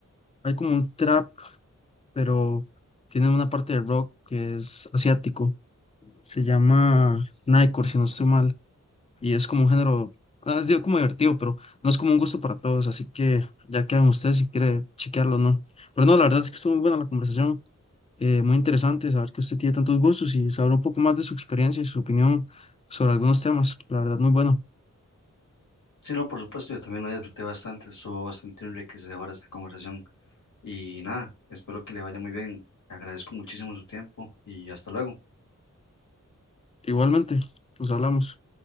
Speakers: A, on the left (about 20°); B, on the left (about 85°).
A: hay como un trap, pero tiene una parte de rock que es asiático. Se llama Nightcore, si no estoy mal. Y es como un género, ah, es digo, como divertido, pero no es como un gusto para todos. Así que ya quedan ustedes si quiere chequearlo o no. Pero no, la verdad es que estuvo muy buena la conversación. eh, muy interesante saber que usted tiene tantos gustos y saber un poco más de su experiencia y su opinión sobre algunos temas. La verdad, muy bueno.
B: Sí, no, por supuesto, yo también la disfruté bastante, estuvo bastante enriquecedora esta conversación. Y nada, espero que le vaya muy bien. Agradezco muchísimo su tiempo y hasta luego.
A: Igualmente, nos hablamos.